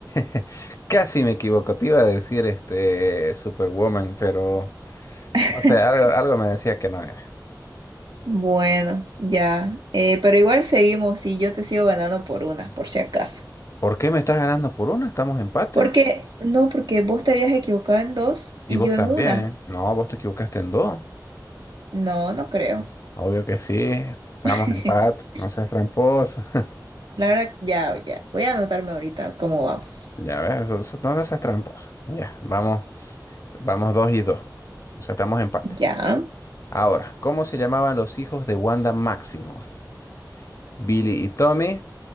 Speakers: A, on the left; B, on the right.
A: <laughs> Casi me equivoco. Te iba a decir este Superwoman, pero
B: <laughs>
A: no sé, algo, algo me decía que no era.
B: Bueno, ya. Eh, pero igual seguimos y yo te sigo ganando por una, por si acaso.
A: ¿Por qué me estás ganando por una? Estamos empate.
B: Porque, no, porque vos te habías equivocado en dos
A: Y
B: y
A: vos
B: yo
A: también.
B: en una.
A: No, vos te equivocaste en dos.
B: No, no creo.
A: Obvio que sí. Estamos
B: <laughs>
A: en empate. No seas tramposa. <laughs>
B: La verdad, ya, ya. Voy a anotarme ahorita cómo vamos.
A: Ya ves, eso, eso- no no seas tramposa. Ya, vamos, vamos dos y dos. O sea, estamos en empate.
B: Ya.
A: Ahora, ¿cómo se llamaban los hijos de Wanda Maximoff? Billy y Tommy,